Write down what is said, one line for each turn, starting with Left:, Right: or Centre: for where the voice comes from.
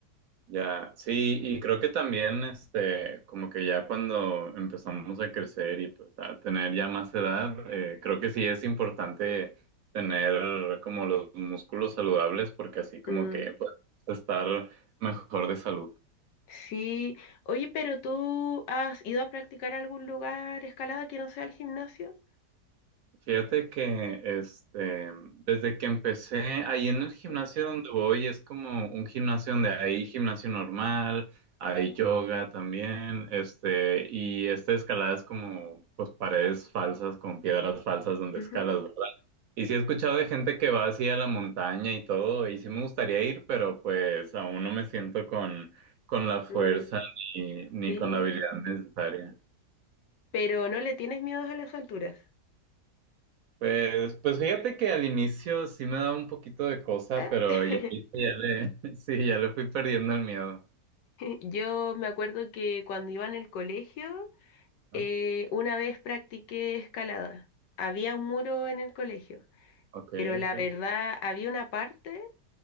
Right: Ya, sí, y creo que también, este, como que ya cuando empezamos a crecer y pues a tener ya más edad, eh, creo que sí es importante tener como los músculos saludables porque así como
Left: Mm,
Right: que pues, estar mejor de salud.
Left: sí. Oye, pero tú has ido a practicar a algún lugar escalada que no sea el gimnasio?
Right: Fíjate que este, desde que empecé ahí en el
Left: Ujú,
Right: gimnasio donde voy, es como un gimnasio donde hay gimnasio normal, hay yoga también, este, y esta escalada es como pues paredes falsas con piedras falsas donde
Left: ujú.
Right: escalas, ¿verdad? Y sí he escuchado de gente que va así a la montaña y todo, y sí me gustaría ir, pero pues aún no me siento con, con la fuerza
Left: Mm,
Right: ni, ni
Left: sí.
Right: con la habilidad necesaria.
Left: Pero no le tienes miedo a las alturas.
Right: Pues, pues fíjate que al inicio sí me daba un poquito de cosa,
Left: Ah,
Right: pero
Left: <laughs>
Right: ya, ya le, <laughs> sí, ya le fui perdiendo el miedo.
Left: Yo me acuerdo que cuando iba en el colegio.
Right: Ah,
Left: Eh, una vez practiqué escalada. Había un muro en el colegio,
Right: Ok,
Left: pero la
Right: ok,
Left: verdad había una parte